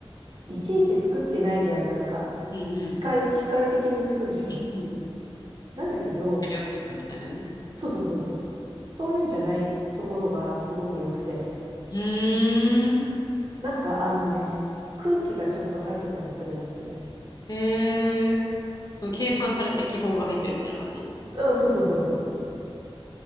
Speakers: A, on the right (about 55°); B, on the left (about 40°).
A: いちいち作ってないじゃん。なんか、
B: うんうん。
A: 機械、機械的に作るじゃん。
B: うんうん。
A: なんだけど、
B: 大量生産みたいなね。
A: そうそうそうそう。そういうんじゃないところがすごく良くて。
B: うーん。
A: なんかあのね、空気がちょっと入ってたりするわけよ。
B: へえ。その計算されて気泡が入ってるみたいな感じ
A: うん、そうそうそうそうそうそう。